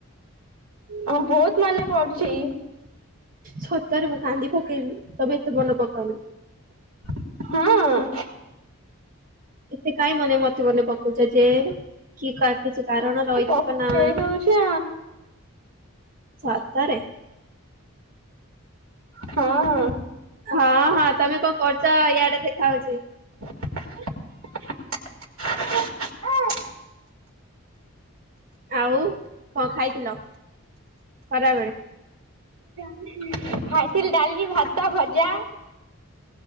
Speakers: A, on the right; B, on the right.
A: ହଁ ବହୁତ ମନେ ପଡୁଛି।
B: ସତରେ ମୁଁ କାନ୍ଦି ପକେଇବି ତମେ ଏତେ ମନ ପକାଅନି।
A: ହଁ।
B: ଏତେ କାହିଁ ମନେ ମତେ ମନେ ପକଉଛ ଯେ କି କା କିଛି କାରଣ ରହିଥିବ
A: ପକେଇ
B: ନା?
A: ଦଉଛି
B: ସତରେ?
A: ହଁ ହଁ।
B: ହଁ ହଁ ତମେ କଅଁ କରୁଛ ୟାଡେ ଦେଖା ହଉଛି।
A: <inaudible> ହଁ
B: ଆଉ କଅଁ ଖାଇଥିଲ ଖରାବେଳେ?
A: <inaudible> ଖାଇଥିଲି ଡାଲି ଭାତ ଭଜା